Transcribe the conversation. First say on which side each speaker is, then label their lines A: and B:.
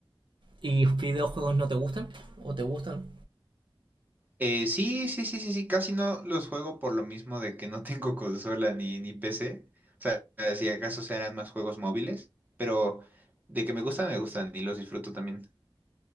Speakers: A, on the right; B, on the right.
A: ¿Y videojuegos no te gustan? ¿O te gustan?
B: Eh, sí, sí, sí, sí, sí, casi no los juego por lo mismo de que no tengo <laughs> consola ni, ni PC. O sea, si acaso serán más juegos móviles, pero de que me gustan, me gustan y los disfruto también.